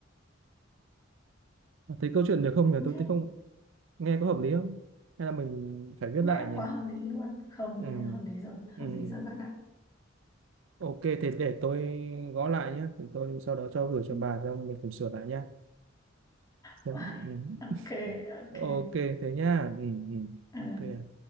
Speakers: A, on the right (about 70°); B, on the left (about 20°).
A: Thấy câu chuyện được không nhỉ?
B: nghe
A: Tôi thấy không nghe có hợp lý không? Hay là mình phải viết
B: nghe
A: lại
B: nó
A: nhỉ?
B: quá hợp lý luôn không
A: Ừ,
B: nghe nó hợp lý rồi hợp
A: ừ.
B: lý rồi bạn ạ
A: Ok, thế để tôi gõ lại nhé. Thì tôi sau đó cho gửi cho
B: <laughs>
A: bà xong mình cùng sửa lại nhá. Ừ.
B: Wow. ok
A: <laughs>
B: ok
A: Ok, thế nhá. Ừ, ừ.
B: Ờ.
A: Ok.